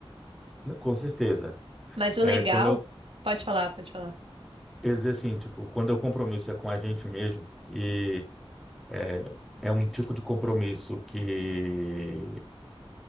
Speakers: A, in the centre; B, on the right.
A: com certeza.
B: Mas o
A: É
B: legal,
A: quando eu,
B: pode falar, pode falar.
A: eu dizer assim, tipo, quando o compromisso é com a gente mesmo e é, é um tipo de compromisso que